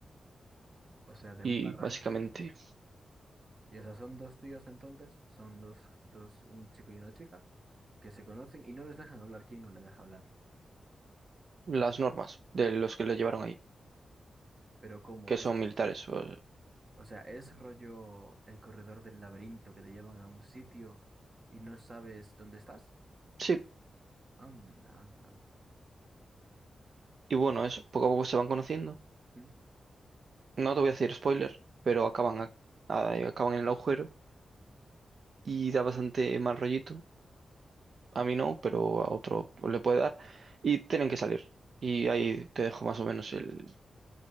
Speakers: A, on the right; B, on the right.
A: O sea, de
B: Y
A: un barranco.
B: básicamente
A: Y o sea, son dos tíos entonces, son dos, dos, un chico y una chica, que se conocen y no les dejan hablar, ¿quién no le deja hablar?
B: las normas de los que lo llevaron ahí,
A: Pero como
B: que son
A: es.
B: militares. o-
A: O sea, es rollo el corredor del laberinto que te llevan a un sitio y no sabes dónde estás.
B: Sí,
A: Anda, anda, anda.
B: Y bueno, eso, poco a poco se van conociendo.
A: Mm,
B: No te voy a hacer spoiler, pero acaban, a- a- acaban en el agujero y da bastante mal rollito. A mí no, pero a otro le puede dar. Y tienen que salir. Y ahí te dejo más o menos el,